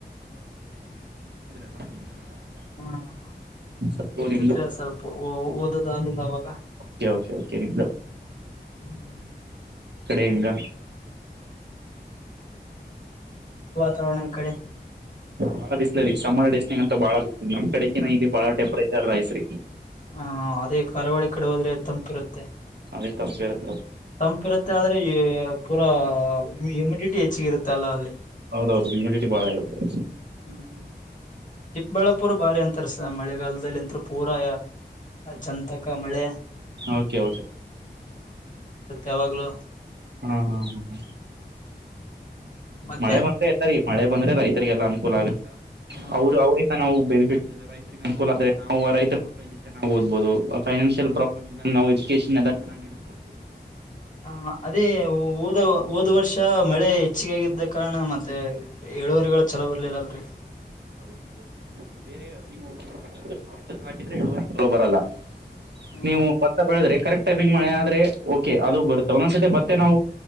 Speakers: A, on the right (about 75°); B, on the left (about 45°).
A: ತರ. <inaudible>
B: ಹ್ಮ್
A: ಸ್ವಲ್ಪ
B: ಸಿಗ್ತಿದ್ರೆ
A: ನಿಮ್ದು
B: ಸ್ವಲ್ಪ ಓದೋದ ಆಲಿಲ್ಲ ಅವಾಗ.
A: <unintelligible> ಕಡೆ
B: ಹ್ಮ್
A: ಹೆಂಗ.
B: ತಾವ ನಮ್ಮ ಕಡೆ.
A: ಬಾಳ ಬಿಸ್ಲ ರಿ ಸಮ್ಮರ್ ಡೇಸ್ನ ಅಂತ ಬಾಳ ಬಿಸ್ಲ ನಮ್ಮ ಕಡೆಕಿ ಇಲ್ಲಿ ಬಾಳ ಟಂಪ್ರೇಚರ್ ರೈಸ್ ರಿ.
B: ಹಾ ಅದೇ ಕರಾವಳಿ ಕಡ ಹೋದ್ರೆ ತಂಪಿರುತ್ತೆ.
A: <unintelligible>
B: ತಂಪಿರುತ್ತೆ ಆದ್ರೆ ಪೂರಾ ಹ್ಯುಮಿಡಿಟಿ ಹೆಚ್ಚಗಿರುತ್ತೆ ಅಲ್ಲ ಅಲ್ಲಿ.
A: ಹೌದೌದು ಇಮಿಡಿಟಿ ಬಾಳ ಇರುತ್ತೆ.
B: ಹ್ಮ್ ಚಿಕ್ಕಬಳ್ಳಾಪುರ ಬಾರಿ ಅಂತಾರಸ ಮಳೆಗಾಲದಲ್ಲಿ ಅಂತ ಪೂರಾ ಚಂತಕ ಮಳೆ.
A: Okay okay.
B: ಯಾವಾಗಲೂ.
A: ಹಾ ಹಾ ಹಾ ಹ
B: ಮತ್ತೆ
A: ಮಳೆ ಬಂದ್ರೆ ತರಿ ಮಳೆ. ಬಂದ್ರೆ ರೈತರಿಗೆಲ್ಲ ಅನುಕೂಲ ಆಗುತ್ತೆ
B: ಹ
A: ಅವರು ಅವ್ರಂದ ನಾವು ಬೆನಿಫಿಟ್ ಸರಿ ರೈತರಿಗೆ ಅಕೂಲ ಆದ್ರ ನಾವು ರೈತರ ಮಳಲ್ಲಿ ಚೆನ್ನಾಗಿ ಹೋದಭವುದು ಫೈನಾನ್ಷಿಯಲ್ ಪ್ರಾಬ್ಲ್ ಇಲ್ಲ ನಾವು ಎಜುಕೇೇಶನ್ <inaudible>
B: ಹ ಅದೇ ಓದೋ ಹೋದ್ ವರ್ಷ ಮಳೆ ಹೆಚ್ಚಗಾಗಿದ್ದ ಕಾರಣ ಮತ್ತೆ ಏಳುವರಿಗಳು ಚಲೋ ಬರ್ಲಿಲ್ಲ ಅಲ್ರೀ.
A: ಹೌದು ಹೌದು ಬೇರೆ ನೀವು <unintelligible> ಹಾಕಿದ್ರೆ ಇಳುವರೇ ಚಲೋ ಬರಲ್ಲ
B: ಹ್ಮ್
A: ನೀವು ಬತ್ತಾ ಬೆಳದ್ರೆ ಕರೆಕ್ಟ್. <unintelligible> ಮಳೆ ಆದ್ರೆ ಓಕೆ ಅದು ಬರುತ್ತೆ ಒಂದ್ಸತಿ ಮತ್ತೆ ನಾವು